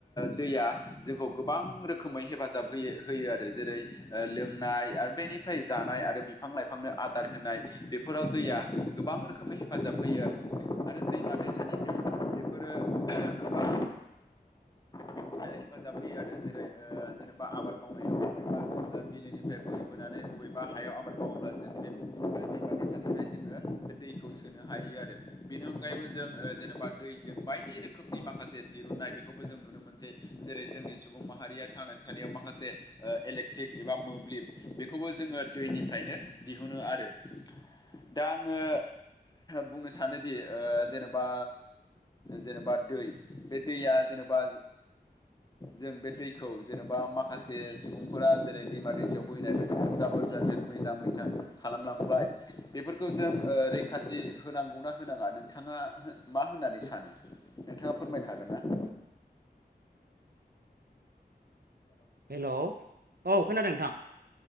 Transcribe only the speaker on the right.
हेलौ औ खोनादों नोंथां